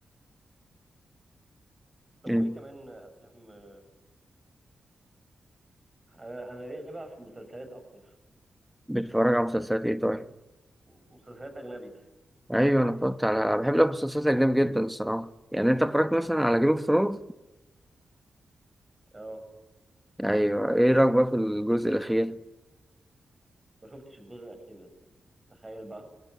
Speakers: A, on the right; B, in the centre.
A: طب
B: أنت
A: وايه كمان افلام آه، انا انا ليا بقى في المسلسلات اكتر
B: بتتفرج على مسلسلات إيه طيب؟
A: مسلسلات اجنبي
B: أيوة أنا اتفرجت على بحب المسلسلات الأجنبي جدا الصراحة يعني أنت اتفرجت مثلا على جيم اوف ثرونز؟
A: اه
B: أيوة إيه رأيك بقى في الجزء الأخير؟
A: ما شفتش الجزء الاخير لسه تخيل بقى